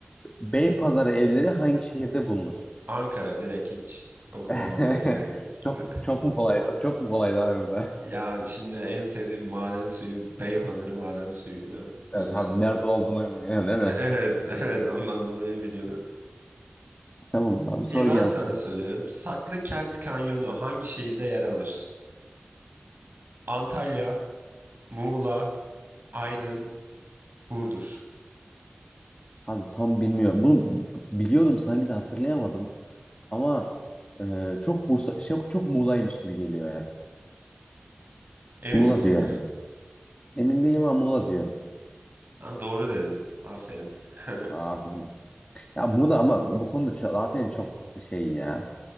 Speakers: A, on the left; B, on the right.
A: Beypazarı evleri hangi şehirde bulunur?
B: Ankara direkt hiç okumama
A: <laughs>
B: bile gerek yok. Şimdi-
A: Çok
B: <laughs>
A: çok mu kolaydı? Çok mu kolaydı abi bu da? <laughs>
B: Ya şimdi en sevdiğim maden suyu Beypazarı maden suyuydu uzun
A: Evet abi
B: sürede.
A: nerede
B: <laughs>
A: olduğunu bilmiyorum değil mi?
B: Evet, evet ondan dolayı biliyorum.
A: Tamam abi
B: İyi
A: sor
B: ben
A: gelsin.
B: sana soruyorum. Saklı Kent Kanyonu hangi şehirde yer alır? Antalya, Muğla, Aydın, Burdur.
A: Abi tam bilmiyorum. Bunu biliyordum sanki de hatırlayamadım. Ama e, çok Bursa şey, çok Muğla'ymış gibi geliyor ya.
B: Emin
A: Muğla
B: misin?
A: diyorum. Emin değilim ama Muğla diyorum.
B: Tamam, doğru dedin. Aferin. <laughs>
A: Abi ya Muğla ama bu bu konuda ço- zaten çok şey ya.